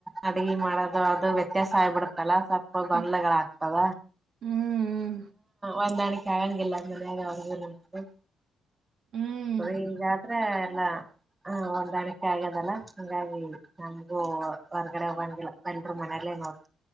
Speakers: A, on the right; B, on the right.
A: ಅಡ್ಗಿ ಮಾಡೋದು ಅದು ವ್ಯತ್ಯಾಸ ಆಗ್ಬಿಡ್ತದಲ್ಲ. ಸ್ವಲ್ಪ ಗೊಂದ್ಲಗಳ್
B: ಹ್ಮ್
A: ಅಗ್ತವ
B: ಹ್ಮ್
A: ಒಂದಾಣ್ಕ್ - <unintelligible> ಮನಾಗ ಅವ್ರಗುನು ಇಂಗ್
B: ಹ್ಮ್
A: ಇಂಗ್ತದ ಆದ್ರೆ ಎಲ್ಲ ಹೊಂದಾಣಿಕೆ ಆಗ್ಯದಲ್ಲ ಹಂಗಾಗಿ ನ ಓ ಹೊರ್ಗಡೆ ಹೋಗಂಗಿಲ್ಲ ಎಲ್ರು ಮನೆಯಲ್ಲೇ ನೋಡ್